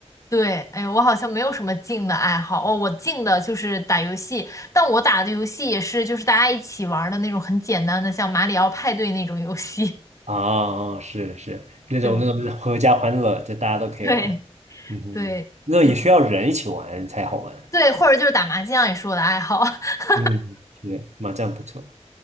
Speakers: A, on the left; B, on the right.
A: 对，哎呀，我好像没有什么静的爱好哦，我静的就是打游戏，但我打的游戏也是就是大家一起玩儿的那种很简单的，像马里奥派对那种游戏。
B: 啊，是是那种那种是合家欢乐，
A: <laughs> 对
B: 这大家都可以玩。
A: 对
B: 嗯哼，
A: 对，
B: 那也需要人一起玩才好玩。
A: 就是对，或者就是打麻将也是我的爱好。<laughs>
B: 嗯，也麻将不错。